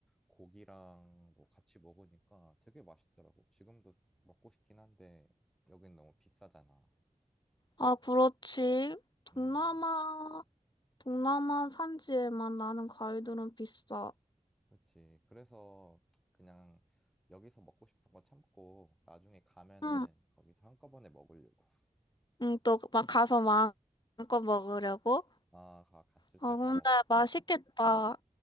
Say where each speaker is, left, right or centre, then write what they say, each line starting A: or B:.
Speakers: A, in the centre; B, on the left.
A: 고기랑 뭐 같이 먹으니까 되게 맛있더라고. 지금도 먹고 싶긴 한데, 여긴 너무 비싸잖아.
B: 아, 그렇지. 동남아,
A: 음.
B: 동남아 산지에만 나는 과일들은 비싸.
A: 그렇지. 그래서 그냥 여기서 먹고 싶은 거 참고 나중에 가면은
B: 응,
A: 거기서 한꺼번에 먹으려고.
B: 응, 또 막 가서 마음껏 먹으려고?
A: 아, 가, 갔을
B: 아,
A: 때 다
B: 근데
A: 먹으려고.
B: 맛있겠다.